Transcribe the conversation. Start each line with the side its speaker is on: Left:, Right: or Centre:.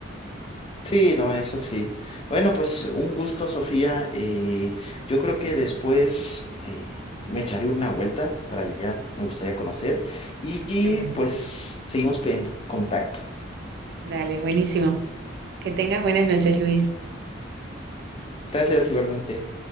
Left: Sí, no, eso sí. Bueno, pues un gusto, Sofía. Eh, yo creo que después eh, me echaré una vuelta para allá, me gustaría conocer y, y,
Right: Qué bueno.
Left: pues seguimos en contacto.
Right: Dale, buenísimo. Que tengas buenas noches, Luis.
Left: Gracias igualmente.